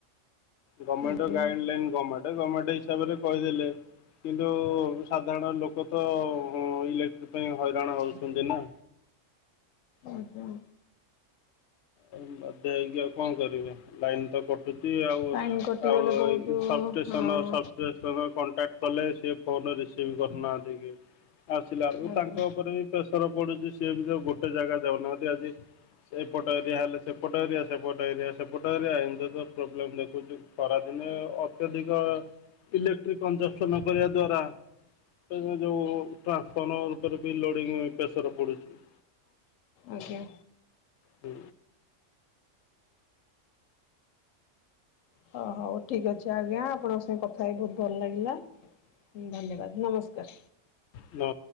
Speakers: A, on the left; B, on the left.
A: ଗମେଣ୍ଟ
B: ଆଜ୍ଞା
A: ଗାଇଡି ଲାଇନି ଗମେଣ୍ଟ ଗମେଣ୍ଟ ହିସାବରେ କହିଦେଲେ। କିନ୍ତୁ ସାଧାରଣ ଲୋକ ତ ଇଲେକ୍ଟ୍ରି ପାଇଁ ହଇରାଣ ହଉଛନ୍ତି ନା।
B: ଆଜ୍ଞା।
A: ଆଉ ବାଧ୍ୟ ହେଇକି ଆଉ କଣ କରିବି ଲାଇନି କଟୁଚି ଆଉ
B: ଲାଇନ୍ କଟିଗଲେ
A: ଆଉ
B: ବହୁତ
A: ସବ ଷ୍ଟେସନ
B: ହଁ
A: ସବ ତମେ କଣ୍ଟାକ୍ଟ କଲେ ସିଏ ଫୋନରେ ରିସିଭି କରୁନାହାନ୍ତି କି ଆସିଲା ଉ
B: ଆଜ୍ଞା।
A: ତାଙ୍କ ଉପରେ ବି ପ୍ରେସର ପଡୁଚି ସିଏ ବି ତ ଗୋଟେ ଜାଗା ଦାଉନାହାନ୍ତି ଆଜି ସେପଟ ଏରିଆ ହେଲେ ସେପଟ ଏରିଆ ସେପଟ ଏରିଆ ସେପଟ ଏରିଆ ଏମତ ତ ପ୍ରୋବ୍ଲେମ୍ ଦେଖଉଛି। ଖରାଦିନେ ଅତ୍ୟଧିକ ଇଲେକ୍ଟ୍ରିକ କଂଜପସନ କରିବା ଦ୍ଵାରା ହେଇଥି ଯୋଉ ଟ୍ରାନ୍ସଫର୍ମ ଉପରେ ବି ଲୋଡିଙ୍ଗି ପ୍ରେସର ପଡୁଚି।
B: ଆଜ୍ଞା।
A: ହୁଁ।
B: ହ ହଉ ଠିକ୍ ଅଛି ଆଜ୍ଞା ଆପଣଙ୍କ ସାଙ୍ଗେ କଥା ହେଇକି ଭହୁତୁ ଭଲ ଲାଗିଲା ଧନ୍ୟବାଦ। ନମସ୍କାର।
A: ନ